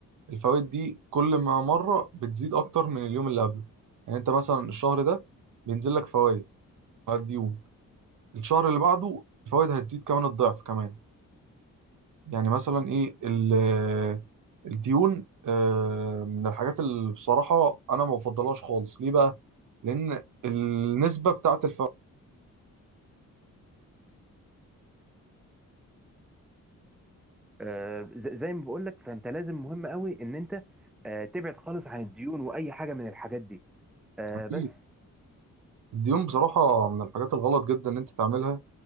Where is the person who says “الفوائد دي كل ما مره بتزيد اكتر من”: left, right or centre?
Right